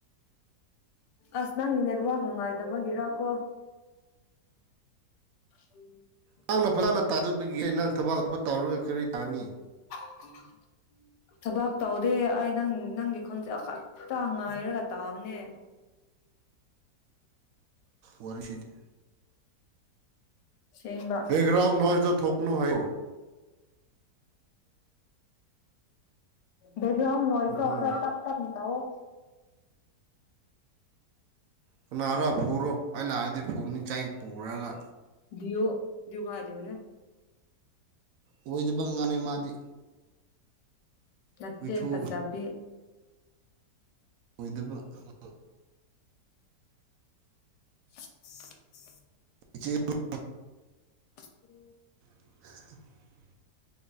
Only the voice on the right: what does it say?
ꯅꯪꯅ ꯐꯖꯅ ꯇꯥꯗꯕꯒꯤꯟ ꯅꯪ ꯊꯕꯛ ꯑꯇ‌ꯣꯞꯄ ꯇꯧꯔꯒ ꯀꯔꯤ ꯇꯥꯒꯅꯤ
ꯋꯥꯔꯁꯤꯗꯤ
ꯕꯦꯒ꯭ꯔꯥꯥꯎꯟ ꯅ‌ꯣꯏꯁꯗ‌ꯣ ꯊꯣꯛꯀꯅꯨ ꯍꯥꯏꯌꯨ
ꯑꯣꯍꯣ
ꯀꯅꯥꯔꯥ ꯐꯨꯔꯣ ꯑꯩ ꯂꯥꯛꯑꯗꯤ ꯐꯨꯅꯤ ꯆꯩ ꯄꯨꯔꯒ
ꯑꯣꯏꯗꯕ ꯉꯥꯡꯉ‌ꯦ ꯃꯥꯗꯤ
ꯍꯨꯏꯊꯨ
ꯑꯣꯏꯗꯕ <unintelligible>
ꯆꯦ <unintelligible>
<inaudible>